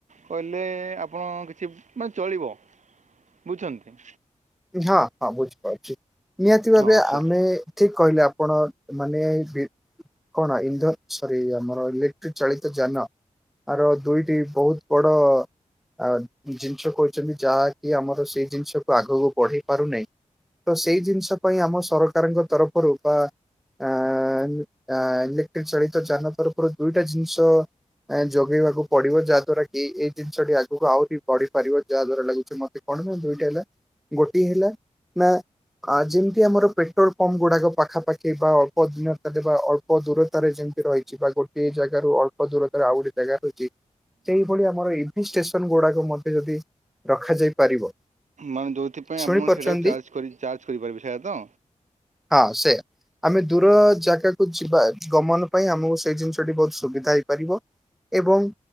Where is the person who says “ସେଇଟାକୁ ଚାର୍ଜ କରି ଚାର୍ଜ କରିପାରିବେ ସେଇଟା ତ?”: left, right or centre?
Right